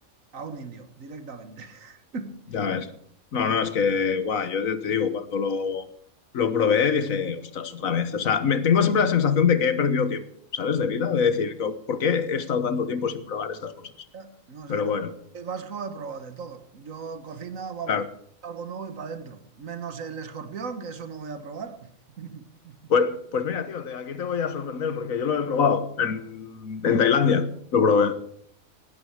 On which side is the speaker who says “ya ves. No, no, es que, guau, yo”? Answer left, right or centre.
Left